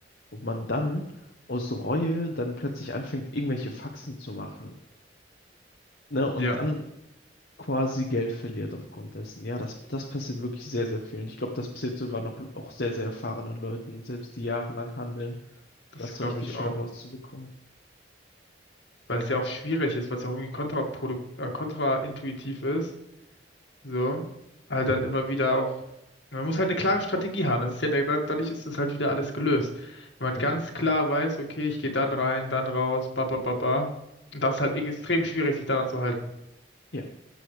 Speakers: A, on the left; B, on the left.
A: ob man dann aus Reue dann plötzlich anfängt, irgendwelche Faxen zu machen, ne, und
B: Ja,
A: dann quasi Geld verliert aufgrund dessen. Ja, das, das passiert wirklich sehr, sehr vielen. Ich glaube, das passiert sogar noch auch sehr, sehr erfahrenen Leuten, selbst die jahrelang handeln,
B: das
A: das
B: glaube
A: so richtig
B: ich
A: schwer
B: auch.
A: rauszubekommen.
B: Weil es ja auch schwierig ist, weil es ja auch irgendwie kontraprodukt äh, kontraintuitiv ist. So, halt dann immer wieder auch, man muss halt eine klare Strategie haben. Das ist ja, der, dann- dadurch ist das halt wieder alles gelöst. Wenn man ganz
A: Mhm.
B: klar weiß, okay, ich gehe dann rein, dann raus, ba, ba, ba, ba. Und das ist halt extrem schwierig, sich daran zu halten.
A: Ja,